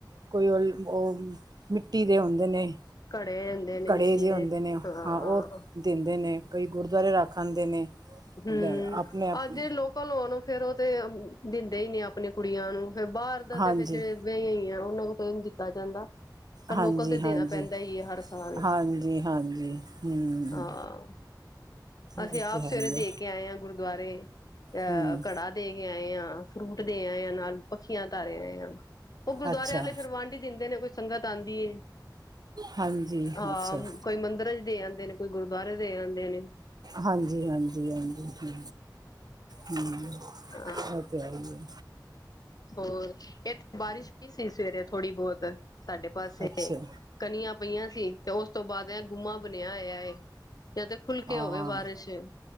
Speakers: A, on the right; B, on the left.
A: ਕੋਈ ਉਹ ਉਹ ਮਿੱਟੀ ਦੇ ਹੁੰਦੇ ਨੇ।
B: ਘੜੇ ਹੁੰਦੇ ਨੇ ਮਿੱਟੀ
A: ਘੜੇ ਜਿਹੇ
B: ਦੇ
A: ਹੁੰਦੇ ਨੇ
B: ਹ
A: ਹਾਂ ਉਹ ਦਿੰਦੇ ਨੇ ਕਈ ਗੁਰਦੁਆਰੇ ਰੱਖ ਆਂਦੇ ਨੇ।
B: ਹੂੰ,
A: ਲੈ ਆਪਣੇ ਆਪ
B: ਅਜੇ ਲੋਕ ਲੋਂ ਨੂੰ ਫਿਰ ਉਹ ਤੇ ਦਿੰਦੇ ਹੀ ਨੇ ਆਪਣੇ ਕੁੜੀਆਂ ਨੂੰ ਫਿਰ ਬਾਹਰ ਦਾ
A: ਹਾਂਜੀ
B: ਤੇ ਫਿਰ ਜਿਹੜੇ ਵਿਆਹੀਆਂ ਆ ਉਹਨਾਂ ਨੂੰ ਕਦੇ ਨਹੀਂ ਦਿੱਤਾ ਜਾਂਦਾ। ਪਰ
A: ਹਾਂਜੀ
B: ਲੋਕਾਂ ਨੂੰ ਤੇ ਦੇਣਾ
A: ਹਾਂਜੀ
B: ਪੈਂਦਾ ਹੀ ਹੈ ਹਰ ਸਾਲ
A: ਹਾਂਜੀ ਹਾਂਜੀ ਹੂੰ
B: ਹਾਂ। ਅਸੀਂ
A: ਇਹ
B: ਆਪ
A: ਤਾਂ ਹੈ
B: ਸਵੇਰੇ
A: ਹੀ
B: ਦੇ
A: ਆ
B: ਕੇ ਆਏ ਹਾਂ ਗੁਰਦੁਆਰੇ ਅਹ
A: ਹੂੰ
B: ਘੜਾ ਦੇ ਕੇ ਆਏ ਆ। ਫਰੂਟ ਦੇ ਆਏ ਆ ਨਾਲ ਪੱਖੀਆਂ ਧਰ ਆਏ ਆ। ਉਹ ਗੁਰਦੁਆਰੇ
A: ਅੱਛਾ
B: ਵਾਲੇ ਫਿਰ ਵੰਡ ਈ ਦਿੰਦੇ ਨੇ ਕੋਈ ਸੰਗਤ ਆਉਂਦੀ ਹੈ
A: ਹਾਂਜੀ
B: ਹਾਂ।
A: ਅੱਛਾ
B: ਕੋਈ ਮੰਦਿਰਾਂ ਚ ਦੇ ਆਉਂਦੇ ਨੇ ਕੋਈ ਗੁਰਦੁਆਰੇ ਦੇ ਆਉਂਦੇ ਨੇ।
A: ਹਾਂਜੀ ਹਾਂਜੀ ਹਾਂਜੀ ਹੂੰ।
B: ਹਾਂ
A: ਉਹ ਤੇ ਹੈ ਈ ਹੈ।
B: ਹੋਰ ਇਹ ਤੇ ਬਾਰਿਸ਼ ਸੀ ਸਵੇਰੇ ਥੋੜੀ ਬਹੁਤ ਸਾਡੇ ਪਾਸੇ
A: ਅੱਛਾ
B: ਕਣੀਆਂ ਪਈਆਂ ਸੀ ਤੇ ਉਸ ਉਸ ਤੋਂ ਬਾਅਦ ਇਹ ਗੁਮਾ ਬਣਿਆ ਹੋਇਆ ਏ ਜਾਂ ਤੇ ਖੁੱਲ ਕੇ
A: ਹਾਂ
B: ਹੋਵੇ ਬਾਰਿਸ਼।